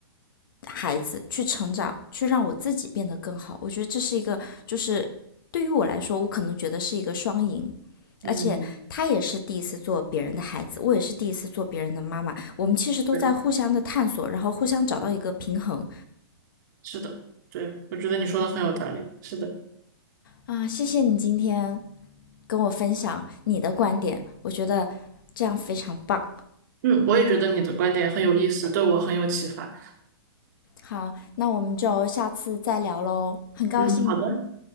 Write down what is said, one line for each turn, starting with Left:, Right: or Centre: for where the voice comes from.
Left: 孩子去成长，去让我自己变得更好。我觉得这是一个，就是对于我来说，我可能觉得是一个双赢。
Right: 嗯，
Left: 而且他也是第一次做别人的孩子，我也是第一次做别人的妈妈。我们其实都在互相的探索，
Right: 对，
Left: 然后互相找到一个平衡
Right: 是的，对，我觉得你说的很有道理。是的，
Left: 啊！谢谢你今天跟我分享你的观点，我觉得这样非常棒。
Right: 嗯，我也觉得你的观点很有意思，对我很有启发。
Left: 好，那我们就下次再聊喽。很高兴，
Right: 嗯，好的，